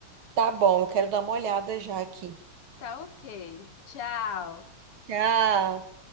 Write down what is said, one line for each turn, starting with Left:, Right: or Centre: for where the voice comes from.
Right: Tá bom, eu quero dar uma olhada já aqui.
Left: Tá ok. Tchau.
Right: Tchau.